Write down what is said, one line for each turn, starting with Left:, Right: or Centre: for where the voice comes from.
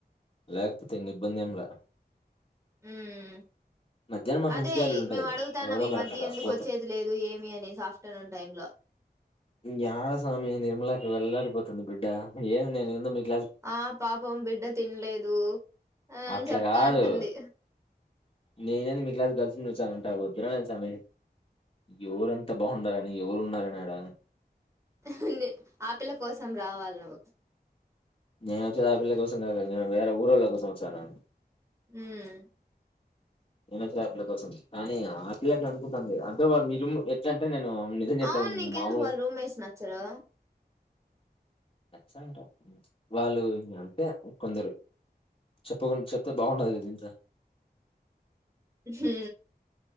Left: లేకపోతే ఇంక ఇబ్బందేంల
Right: ఊమ్
Left: మధ్యాహ్నం మా ఫ్రెండ్స్
Right: అదే
Left: క్యారీలు ఉంటాయి.
Right: మేము అడుగుతాన్నామ్
Left: ఎవరో
Right: ఈ
Left: ఒకరు
Right: మధ్య
Left: అట్టట
Right: ఎందుకు
Left: పోతాం.
Right: వచ్చేది లేదు ఏమి అనే ఆఫ్టర్నూన్ టైమ్ లో
Left: యాడ సామి నిర్మలక్క అళ్లాడిపోతుంది బిడ్డ ఏమ్ నేను ఎందొ మీకు
Right: ఆ పాపం బిడ్డ తినలేదు అని
Left: అట్లా
Right: చె అత్తా
Left: కాదు
Right: అంటుంది
Left: నేనేంది మీ క్లాస్ గర్ల్స్ ని చూచానంటా వద్దురా నేను సమీ ఎవరంతా బాగుండాలని ఎవరు ఉన్నారని అడ
Right: ఆహ్ ఆపిల్ల కోసం రావాలి నువ్వు
Left: నేనొచ్చింది ఆపిల్ల కోసం కాక వేరే ఊరోళ్ల కోసం వచను
Right: ఉమ్
Left: నేనొచ్చా ఆపిల్ల కోసం కానీ అది చెప్పండి అంటే వా మిడిల్ లో ఎట్లంటే నేను నిజం చెప్పాల
Right: అవును నీకెందుకు
Left: మామూలుగా
Right: వాళ్ళ రూమ్మేట్స్ నచ్చరు
Left: అచ్చ అంట వాళ్ళు అంటే కొందరు చెప్పకుండా చెప్తే బాగుండదు కదా ఇంట్లో
Right: హు